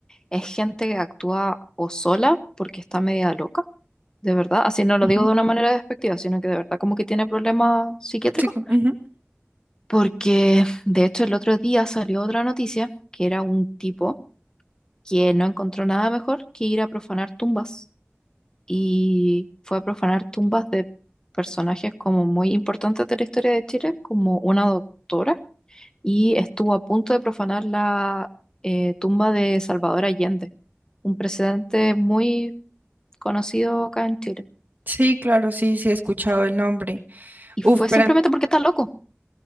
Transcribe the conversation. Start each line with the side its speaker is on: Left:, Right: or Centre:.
Left: es gente que actúa o sola porque está media loca, de verdad. Así no lo
Right: Ujú.
Left: digo de una manera despectiva, sino que de verdad como que tiene problemas psiquiátricos
Right: Sí, co- ujú.
Left: Porque de hecho el otro día salió otra noticia que era un tipo que no encontró nada mejor que ir a profanar tumbas y fue a profanar tumbas de personajes como muy importantes de la historia de Chile, como una doctora, y estuvo a punto de profanar la eh, tumba de Salvador Allende, un presidente muy conocido acá en Chile.
Right: Sí, claro, sí, sí he escuchado el nombre.
Left: Y
Right: Uf,
Left: fue
Right: pero
Left: simplemente porque está loco.